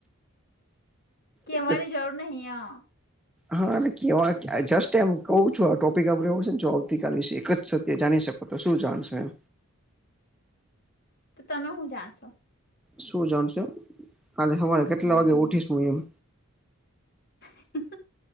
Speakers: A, on the left; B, in the centre.
A: કેવાની
B: એક જ
A: જરૂર નહી આ.
B: હા એટલે કેવા જસ્ટ એમ કઉું છું આ ટોપિક આપડશે ને જો આવતીકાલ વિશે એક જ સત્ય જાણી શક તો તો શું જાલશે.
A: તો તમે હું જાણશો.
B: શું જાણશો કાલે હવારે કેટલા
A: હમ
B: વાગે ઉઠીશ હું એમ.
A: હ